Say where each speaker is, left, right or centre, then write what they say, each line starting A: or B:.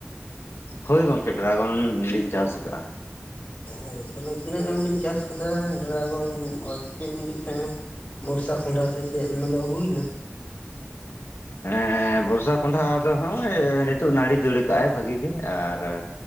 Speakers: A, on the left; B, on the left.
A: ᱦᱳᱭ ᱜᱚᱝᱠᱮ ᱰᱨᱟᱜᱚᱱ ᱞᱤᱧ ᱪᱟᱥ ᱟᱠᱟᱫᱼᱟ᱾
B: ᱩᱸ ᱛᱟᱦᱚᱞᱮ ᱛᱤᱱᱟᱹᱜ ᱜᱟᱱ ᱵᱮᱤᱱ ᱪᱟᱥ ᱟᱠᱟᱫᱟ ᱰᱨᱟᱜᱚᱱ ᱟᱨ ᱪᱮᱫ ᱵᱤᱱ ᱞᱟᱹᱭᱮᱫ ᱛᱟᱦᱮᱸ? ᱵᱚᱨᱥᱟ ᱠᱚᱸᱰᱷᱟ ᱥᱮ ᱪᱮᱫ ᱚᱱᱟ ᱫᱚ ᱦᱩᱭᱱᱟ?
A: ᱦᱮᱸ ᱵᱚᱨᱥᱟ ᱠᱚᱱᱰᱷᱟ ᱫᱚ ᱱᱚᱜᱼᱚᱭ ᱱᱤᱛᱚᱜᱜ ᱱᱟᱹᱲᱤ ᱫᱟᱹᱲ ᱠᱟᱜᱼᱟᱭ ᱵᱷᱟᱜᱤ ᱜᱮ ᱟᱨ